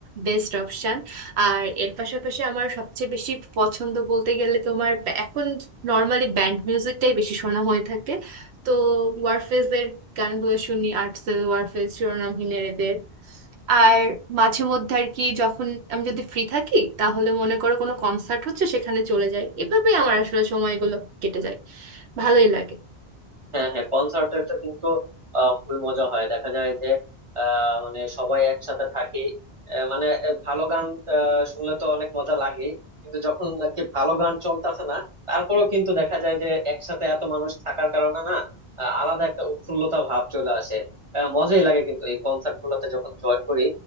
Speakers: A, on the right; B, on the right.
A: বেস্ট অপশান আর এর পাশাপাশি আমার সবচেয়ে বেশি পছন্দ বলতে গেলে তোমার ব্যা- এখন নর্মালি ব্যান্ড মিউজিকটাই বেশি শোনা হয়ে থাকে তো ওয়ারফেজের গানগুলো শুনি আর্টসেল ওয়ারফেজ শিরোনামহীনের এদের আর মাঝে মধ্যে আর কি যখন আমি যদি ফ্রি থাকি তাহলে মনে করো কোনো কনসার্ট হচ্ছে সেখানে চলে যাই এভাবেই আমার আসলে সময়গুলো কেটে যায় ভালোই লাগে
B: হ্যাঁ হ্যাঁ কনসার্টেরটা কিন্তু আহ, খুবই মজা হয় দেখা যায় যে আহ, মানে সবাই একসাথে থাকি আহ, মানে আহ, ভালো গান আহ, শুনলে তো অনেক মজা লাগে কিন্তু যখন আর কি ভালো গান চলতেছে না তারপরেও কিন্তু দেখা যায় যে একসাথে এত মানুষ থাকার কারণে না আহ, আলাদা একটা উৎফুল্লতা ভাব চলে আসে আহ, মজাই লাগে কিন্তু এই কনসার্ট গুলোতে যখন জয়েন করি